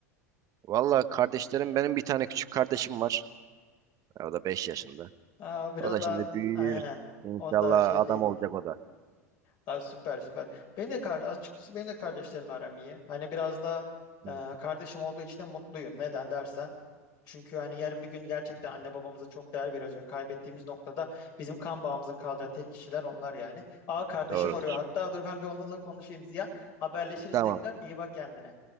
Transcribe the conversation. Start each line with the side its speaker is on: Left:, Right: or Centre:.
Right: Valla kardeşlerim benim bir tane küçük kardeşim var. O da 5 yaşında.
Left: Aa, biraz
Right: O da
Left: daha
Right: şimdi büyür.
Left: aynen.
Right: İnşallah
Left: Onu daha şey
Right: adam
Left: değil.
Right: olacak o da.
Left: Ha, süper süper. Benim de kardeş, açıkçası benim de kardeşlerimle aram iyi. Hani biraz da
Right: Evet.
Left: e, kardeşim olduğu için de mutluyum. Neden dersen. Çünkü hani yarın bir gün gerçekten anne babamıza çok değer veriyoruz ve kaybettiğimiz noktada bizim kan bağımızın kalacağı tek kişiler onlar yani. Aa kardeşim
Right: Doğrudur.
Left: arıyor. Hatta dur ben bir onunla konuşayım Ziya. Haberleşiriz
Right: Tamam.
Left: tekrar. İyi bak kendine.